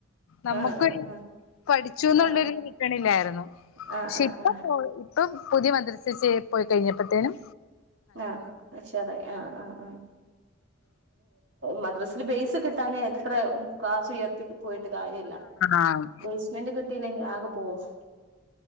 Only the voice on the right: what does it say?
ആഹ്
ആഹ് ആഹ്
ആഹ്
ആഹ്
ആഹ്
ആഹ്
ആഹ് അക്ഷറേ ആഹ് ആഹ് ആഹ് മ ഡ്രസ്സില് ബേസ് കിട്ടാഞ്ഞ് എത്ര മ് കാഷ് ഉയർത്തി പോയിട്ട് കാരില്ല
ബേസ്മെന്റ് കിട്ടി ഇല്ലെങ്കി ആകെ പോസ്